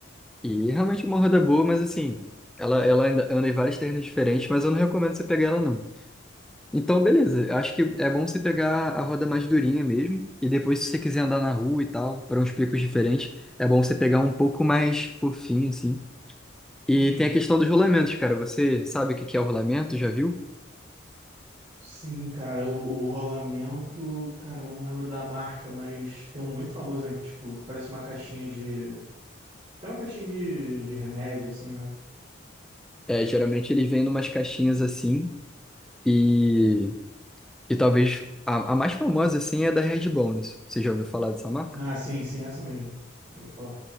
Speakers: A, in the centre; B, on the right.
A: E é realmente uma roda boa, mas assim, ela, ela anda, anda em vários terrenos diferentes, mas eu não recomendo você pegar ela, não. Então, beleza, eu acho que é bom você pegar a roda mais durinha mesmo, e depois, se você quiser andar na rua e tal, para uns picos diferentes, é bom você pegar um pouco mais fofinho, assim.
B: Entendi.
A: E tem a questão dos rolamentos, cara. Você sabe o que que é o rolamento? Já viu?
B: Sim, cara, o, o rolamento, cara, eu não lembro da marca, mas tem um muito famoso, né? Que, tipo, parece uma caixinha de. Tem uma caixinha de, de remédio, assim, né?
A: É, geralmente eles vêm em caixinhas assim. E, e talvez a, a mais famosa, assim, é da Red Bones. Você já ouviu falar dessa marca?
B: Ah, sim, sim, é essa mesmo. Vou falar.